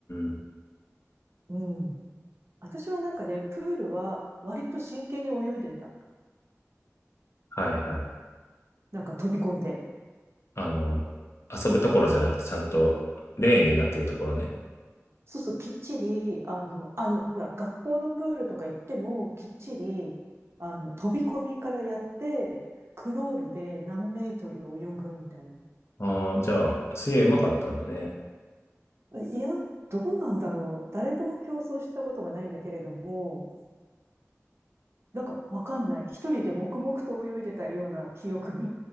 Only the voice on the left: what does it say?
ん。
はいはい。
あの、遊ぶところじゃなくて、ちゃんとレーンになってるところね。
ああ、じゃあ、水泳うまかったんだね。